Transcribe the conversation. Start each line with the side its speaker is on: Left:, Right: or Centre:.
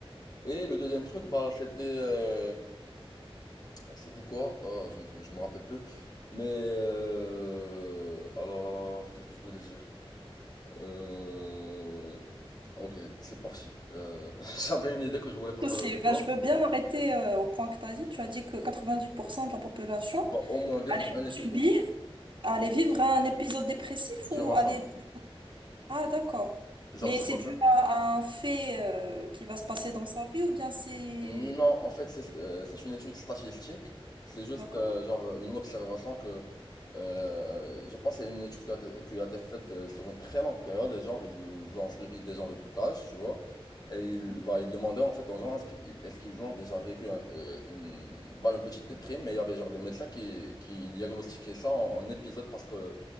Left: Et le deuxième truc, bah c'était euh, c'était quoi Oh, je me, je me rappelle plus. Mais euh, alors alors, alors qu'est-ce que je voulais dire euh, Ok, c'est parti. Euh, <laughs> j'avais une idée que je voulais partager
Right: C'est,
Left: avec
Right: ben,
Left: toi.
Right: je veux bien m'arrêter euh, au point que tu as dit. Tu as dit que 90% de la population
Left: On va au moins vivre
Right: allait
Left: un épisode
Right: subir, allait vivre un épisode dépressif
Left: durant
Right: ou allait...
Left: sa vie.
Right: Ah, d'accord.
Left: Genre
Right: Mais
Left: tu
Right: c'est
Left: vas
Right: dû
Left: faire
Right: à, à un fait euh, qui va se passer dans sa vie ou bien c'est...
Left: Non, en fait, c'est euh, c'est une étude statistique. C'est juste
Right: D'accord?
Left: euh, genre une observation que euh, je pense que c'est une étude qui a été, qui a été faite euh, sur une très longue période. Et genre, ils ont suivi des gens de tout âge, tu vois. Et ils,
Right: Mm.
Left: bah, ils demandaient en fait aux gens est-ce qu'ils est-ce qu'ils ont déjà vécu un- euh, une, bah, une petite déprime. Mais il y avait genre des médecins qui, qui diagnostiquaient ça en, en épisode parce que